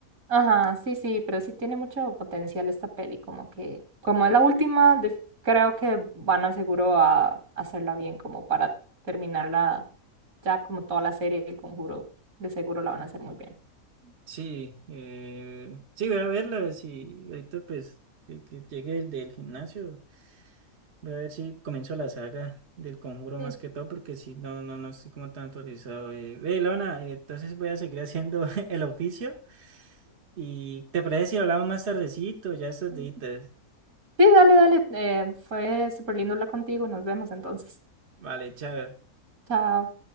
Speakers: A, on the right; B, on the right.
A: Ajá, sí, sí, pero sí tiene mucho potencial esta peli, como que, como es la última, de- creo que van a seguro a hacerla bien, como para terminarla ya como toda la serie, el conjuro, de seguro la van a hacer muy bien.
B: Sí, eh, sí, voy a verla, si ahorita pues que, que llegue el del gimnasio. Voy a ver si comienzo la saga del Conjuro más
A: Mm,
B: que todo, porque si no, no, no estoy como tan autorizado. Eh, Ve, Lona, eh, entonces voy a seguir haciendo <laughs> el oficio. ¿Y te parece si hablamos más tardecito, ya estos
A: ujú.
B: días?
A: Sí, dale, dale, eh, fue súper lindo hablar contigo, nos vemos entonces.
B: Vale, chao.
A: Chao.